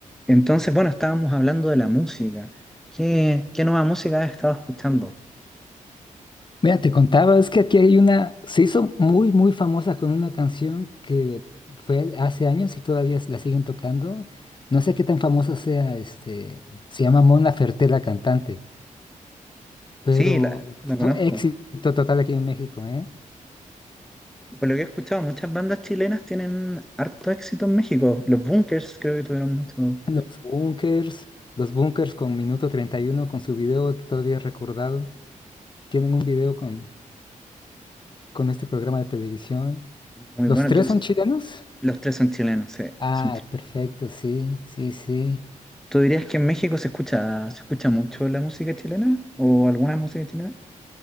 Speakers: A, in the centre; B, on the left.
A: Entonces, bueno, estábamos hablando de la música. ¿Qué, qué nueva música has estado escuchando?
B: Mira, te contaba, es que aquí hay una, se hizo muy, muy famosa con una canción que fue hace años y todavía s- la siguen tocando. No sé qué tan famosa sea, este, se llama Mona Ferté la cantante, pero
A: Sí, la, la
B: fue
A: conozco.
B: éxito total aquí en México, ¿eh?
A: Por lo que he escuchado, muchas bandas chilenas tienen harto éxito en México. Los Bunkers creo que tuvieron mucho,
B: Los Bunkers, los Bunkers con Minuto 31 con su video que todavía he recordado, tienen un video con, con este programa de televisión.
A: muy
B: ¿Los
A: bueno.
B: tres
A: Entonces,
B: son chilenos?
A: los tres son chilenos, sí,
B: Ah,
A: son chilenos.
B: perfecto, sí, sí, sí.
A: ¿Tú dirías que en México se escucha, se escucha mucho la música chilena o alguna música chilena?